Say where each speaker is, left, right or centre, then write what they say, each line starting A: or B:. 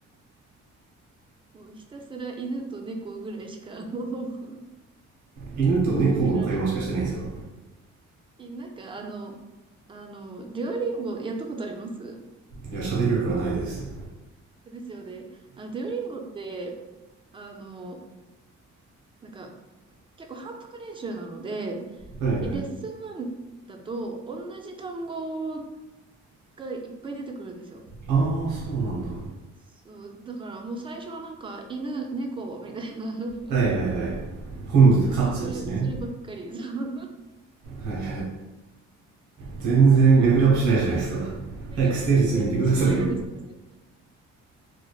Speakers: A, on the right; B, on the right.
A: もうひたすら犬と猫ぐらいしかもう <laughs>
B: 犬と猫の会話しかしてないんですか
A: 覚えられるなんかあの、あの、デュオリンゴやったことあります
B: いや、喋る力はないです。
A: ですよね。あの、デュオリンゴって、あの、なんか、結構反復練習なので、
B: はいはい。
A: レッスン1だと、同じ単語がいっぱい出てくるんですよ。
B: ああ、そうなんだ。
A: そう、だからもう最初はなんか、犬、猫、みたいな、<laughs>
B: はいはいはい。本日、
A: なんかそれ、
B: カッツですね。
A: そればっかり、その、
B: はいはい。全然レベルアップしないじゃないですか。<laughs>
A: レベルアップ全然しないですね。
B: 早くステージ2に行ってくださいよ。